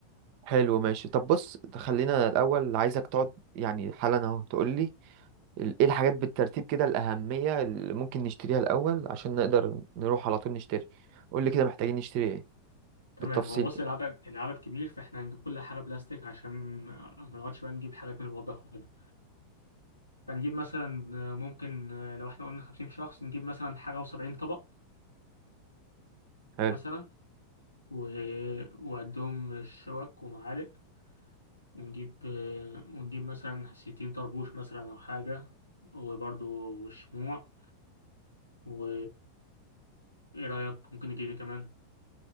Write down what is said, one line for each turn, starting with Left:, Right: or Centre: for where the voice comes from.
Right: حلو ماشي طب بص خلينا الاول عايزك تقعد يعني حالا اهو تقول لي ال- ايه الحاجات بالترتيب كده الاهميه اللي ممكن نشتريها الاول عشان نقدر نروح على طول نشتري قول لي كده محتاجين نشتري ايه
Left: تمام
Right: بالتفصيل
Left: هو بص
Right: كده
Left: العدد العدد كبير فاحنا هنجيب كل حاجة بلاستيك عشان آه، ما نقعدش بقى نجيب حاجات من المطبخ وكده فنجيب مثلا آه، ممكن آه، لو احنا قلنا خمسين شخص نجيب مثلا حاجة وسبعين طبق
Right: حلو
Left: مثلا و... وقدهم شوك ومعالق ونجيب آه، ونجيب مثلا ستين طربوش مثلا أو حاجة وبرضو والشموع و إيه رأيك ممكن نجيب ايه كمان